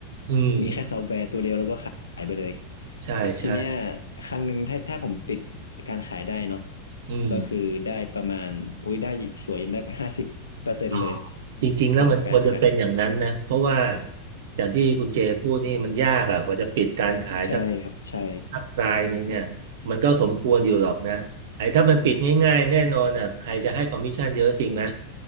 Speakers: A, on the right (about 55°); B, on the left (about 75°).
A: อืม
B: มีแค่ซอฟต์แวร์ตัวเดียวแล้วก็ขายไปเลย
A: ใช่ใช่
B: ทีเนี้ยครั้งหนึ่งถ้าถ้าผมปิดการขายได้เนาะ
A: อืม
B: ก็คือได้ประมาณอุ้ยได้สวยได้ห้าสิบเปอร์เซ็นต์เลย
A: อ๋อจริงๆแล้วมันควรจะเป็นอย่างนั้นนะเพราะว่า
B: ของการขาย
A: อย่างที่คุณเจพูดนี่มันยากอ่ะกว่าจะปิดการขายสัก
B: ใช่ครับใช่
A: สักรายหนึ่งเนี่ยมันก็สมควรอยู่หรอกนะไอ้ถ้ามันปิดง่ายๆแน่นอนอ่ะใครจะให้คอมมิชชั่นเยอะจริงไหม